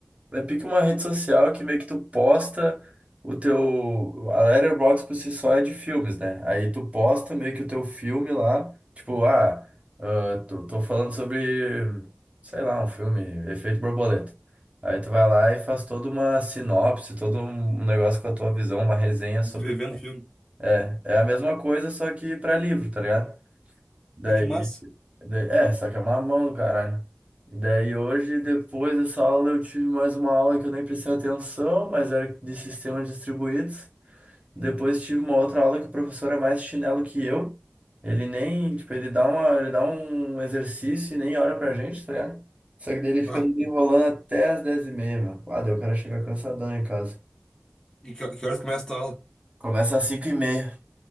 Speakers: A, on the right; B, on the left.
A: É pique uma rede social que meio que tu posta o teu. A Letterboxd por si só é de filmes, né? Aí tu posta meio que o teu filme lá. Tipo, ah, ah, tô, tô falando sobre, sei lá, um filme, Efeito Borboleta. Aí tu vai lá e faz toda uma sinopse, todo um um negócio com a tua visão, uma resenha
B: escrevendo
A: sobre.
B: filme.
A: É, é a mesma coisa, só que pra livro, tá ligado? Daí.
B: Ah, que massa.
A: Daí- É, só que é uma mão do caralho. E daí hoje, depois dessa aula, eu tive mais uma aula que eu nem prestei atenção, mas era de sistemas distribuídos. Depois tive uma outra aula que o professor é mais chinelo que eu. Ele nem, tipo, ele dá uma, ele dá um exercício e nem olha pra gente, tá ligado? Só que daí ele
B: Bah,
A: fica nos enrolando
B: E,
A: até as dez e meia, meu. Ah, daí o cara chega cansadão em casa.
B: e que, que horas começa a tua aula?
A: Começa às cinco e meia.